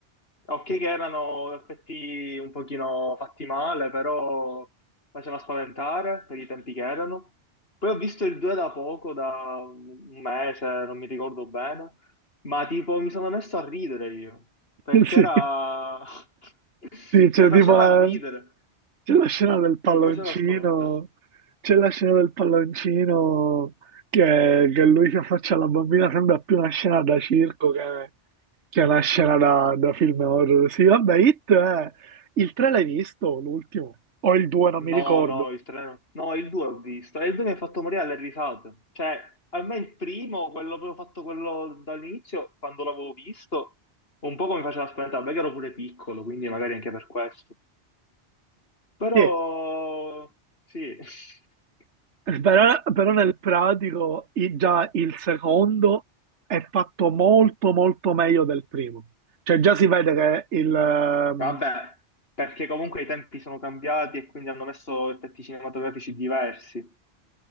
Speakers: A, on the left; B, on the right.
A: Ok che erano effetti un pochino fatti male, però faceva spaventare per i tempi che erano. Poi ho visto il 2 da poco, da un mese, non mi ricordo bene, ma tipo mi sono messo a ridere io, perché
B: <laughs> Sì.
A: era... <laughs>
B: Sì, c'è
A: cioè faceva
B: tipo la,
A: ridere,
B: c'è la scena del palloncino,
A: non faceva spaventare.
B: c'è la scena del palloncino che, che lui si affaccia alla bambina, sembra più una scena da circo che, che una scena da, da film horror. Sì, vabbè, It è... Il 3 l'hai visto, l'ultimo? O il 2, non
A: No,
B: mi ricordo.
A: no, il 3 no. No, il 2 ho visto. E il 2 mi ha fatto morire alle risate. Cioè, a me il primo, quello avevo fatto quello dall'inizio, quando l'avevo visto, un po' mi faceva spaventare, perché ero pure piccolo, quindi magari anche per questo. Però,
B: Sì,
A: sì. <laughs>
B: Però, però nel pratico i- già il secondo è fatto molto molto meglio del primo. Cioè già si vede che il... ehm,
A: Vabbè, perché comunque i tempi sono cambiati e quindi hanno messo effetti cinematografici diversi.